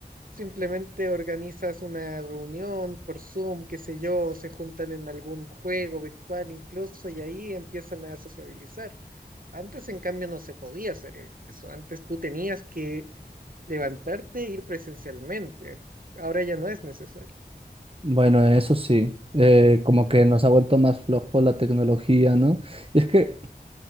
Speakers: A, on the right; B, on the right.
A: Simplemente organizas una reunión por Zoom, qué sé yo, o se juntan en algún juego virtual incluso y ahí empiezan a sociabilizar. Antes, en cambio, no se podía hacer eso. Antes tú tenías que levantarte e ir presencialmente. Ahora ya no es necesario.
B: Bueno, eso sí, eh, como que nos ha vuelto más flojo la tecnología, ¿no? Es que